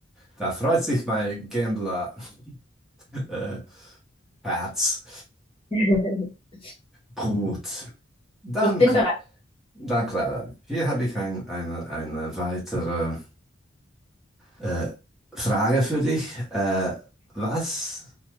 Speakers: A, in the centre; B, on the left.
A: da freut sich mein Gambler, <laughs> äh, Herz.
B: <laughs>
A: Gut. Dann,
B: Ich bin
A: Cla-
B: bereit.
A: dann Clara, hier habe ich ein, eine, eine weitere äh, Frage für dich. Äh, was,